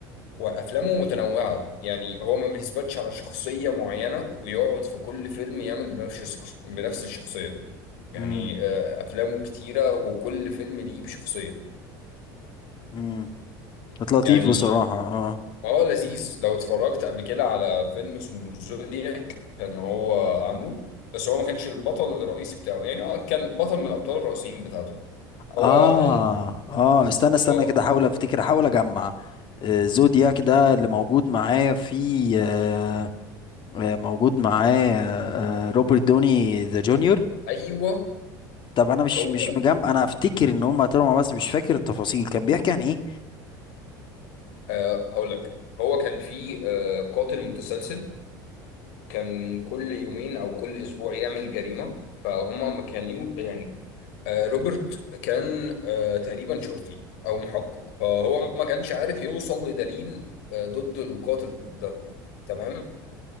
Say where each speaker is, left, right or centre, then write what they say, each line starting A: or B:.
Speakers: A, on the left; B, on the left.
A: وافلامه متنوعه يعني هو ما بيثبتش على شخصيه معينه ويقعد في كل فيلم يعمل بنفس الشخص- بنفس الشخصيه
B: امم
A: يعني آه، افلامه كتيره وكل فيلم ليه بشخصيه
B: امم كانت لطيف
A: يعني
B: بصراحة اه
A: اه لذيذ لو اتفرجت قبل كده على فيلم اسمه زودياك كان هو عامله بس هو ما كانش البطل الرئيسي بتاعه يعني هو كان بطل من الابطال الرئيسيين بتاعته هو
B: اه
A: اه
B: اه استنى استنى
A: آه،
B: كده احاول افتكر احاول اجمع آه، زودياك ده اللي موجود معايا في آه، آه، موجود معاه آه، آه، روبرت دوني ذا جونيور
A: ايوه
B: طب انا مش
A: هو
B: مش
A: ده
B: مجمع انا افتكر ان هم طلعوا مع بعض بس مش فاكر التفاصيل كان بيحكي عن ايه
A: آه هقول لك هو كان في آه قاتل متسلسل كان كل يومين او كل اسبوع يعمل جريمه فهم ما كانوا يعني آه، روبرت كان آه، تقريبا شرطي او محقق فهو ما كانش عارف يوصل لدليل آه، ضد القاتل ده تمام